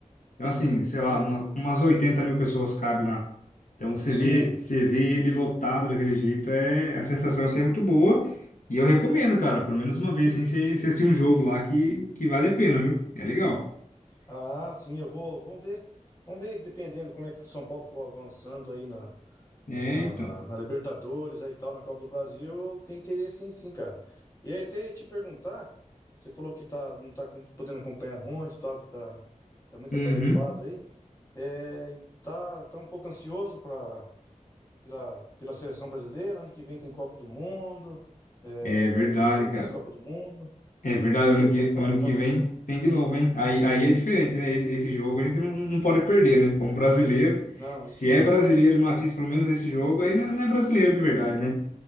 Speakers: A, on the left (about 80°); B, on the left (about 25°).
A: Então, assim, sei lá,
B: Não,
A: uma-
B: o-
A: umas 80 mil pessoas cabe lá. Então, você
B: sim.
A: vê, você vê ele lotado daquele jeito, é, a sensação assim, é muito boa. E eu recomendo, cara, pelo menos uma vez, assim, você, você assistir um jogo lá que, que vale a pena, viu? É legal.
B: Ah, sim, eu vou. Vamos ver. Vamos ver, dependendo como é que o São Paulo for avançando aí na,
A: É,
B: na, na-
A: então.
B: na Libertadores aí e tal, na Copa do Brasil, eu tenho interesse em sim, cara. E aí até ia te perguntar, você falou que tá, não tá com- podendo acompanhar muito e tal, que tá, tá muito
A: Uhum.
B: atarefado aí. É, e tá, tá um pouco ansioso pra, pela, pela seleção brasileira, ano que vem tem Copa do Mundo, é,
A: É verdade,
B: 2026
A: cara.
B: Copa do Mundo.
A: É verdade,
B: Como é que você,
A: ano que,
B: você tá,
A: ano
B: tá-
A: que vem tem de novo, hein? Aí, aí é diferente, né? Esse, esse jogo a gente não, não pode perder, né? Como brasileiro.
B: Não,
A: Se
B: isso não.
A: é brasileiro e não assiste pelo menos esse jogo, aí não, não é brasileiro de verdade, né?